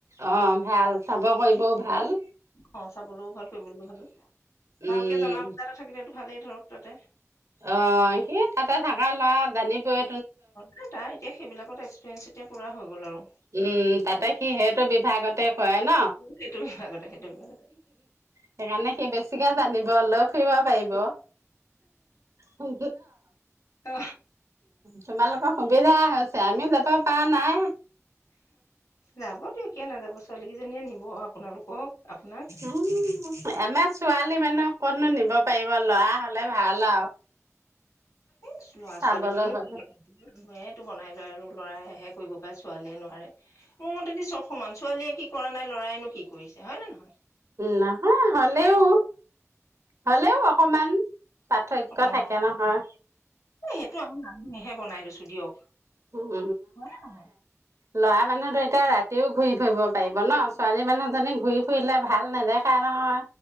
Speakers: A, on the right (about 65°); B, on the left (about 80°).
A: অ ভাল চাব কৰিবও ভাল
B: অ চাবলৈও ভাল কৰিবলৈও ভাল ভালকে
A: উম।
B: জনা বুজা এটা থাকিলেতো ভালেই ধৰক তাতে
A: অ সি তাতে থাকা লৰা জানিবই
B: নাই তাই এতিয়া সেইবিলাকত এক্সপিৰিয়েঞ্চ এতিয়া পুৰা হৈ গ'ল আৰু
A: উম তাতে সি সেইটো বিভাগতে হয় ন
B: সেইটো বিভাগতে সেইটো বিভাগতে
A: সেইকাৰণে সি বেছিকে জানিব। ভাল ফুবা পব অ অ
B: অ
A: তোমালোকৰ সুবিধা সুবিধা হৈছে আমি যাব পৰা নাই
B: যাব দিয়ক কিয় নাযাব ছোৱালী কেইজনীয়ে নিব আপোনালোকক আপোনাক
A: উম আমাৰ ছোৱালী মানহ কতনো নিব পাৰিব ল'ৰা হলে ভাল আৰু
B: এ ল'ৰা
A: চাবলৈ
B: ছোৱালী বুলিনো
A: গলে
B: কি ক মানুহে তটো বনাই লয় আৰু লৰাই হে কৰিব পাৰে ছোৱালীয়ে নোৱাৰে মোৰ মতেদি চব সমান ছোৱালীয়ে কি কৰা নাই লৰায়নো কি কৰিছে হয় নে নহয়।
A: নহয় হলেও হলেও অকমান পাৰ্থক্য
B: অ
A: থাকে নহয়
B: এ সেইটো আমি মানুহে বনাই ছো দিয়ক
A: উহ
B: হয় নে
A: ল'ৰা মানুহতটো এতিয়া ৰাতিও ঘূৰি ফুৰিব
B: নহয়
A: পাৰিব ন ছোৱালী মানুহজনী ঘূৰি ফুৰিলে ভাল নেদেখাই নহয়